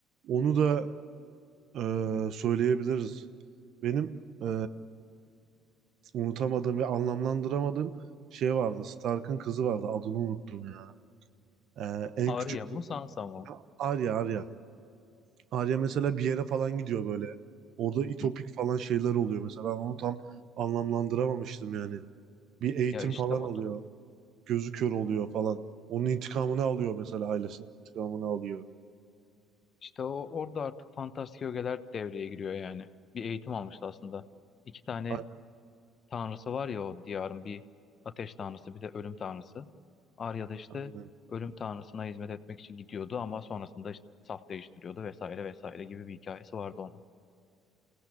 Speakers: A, on the right; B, on the left.
A: Onu da e, söyleyebiliriz. Benim e, unutamadığım ve anlamlandıramadığım şey vardı. Stark'ın kızı vardı. Adını unuttum ya. E, en
B: Arya
A: küçük
B: mı
A: kızı
B: Sansa mı?
A: Arya Arya. Arya mesela bir yere falan gidiyor böyle. Orada itopik
B: Hı.
A: falan şeyler oluyor mesela. Ben onu tam anlamlandıramamıştım yani. Bir eğitim
B: Ya işte
A: falan
B: o
A: alıyor. Gözü kör oluyor falan. Onun intikamını alıyor mesela ailesinin intikamını alıyor.
B: işte o orada artık fantastik ögeler devreye giriyor yani. Bir eğitim almıştı aslında. İki tane
A: A-
B: tanrısı var ya o diyarın bir ateş tanrısı bir de ölüm tanrısı. Arya da işte
A: Aynen.
B: ölüm tanrısına hizmet etmek için gidiyordu ama sonrasında işte saf değiştiriyordu vesaire vesaire gibi bir hikayesi vardı ona.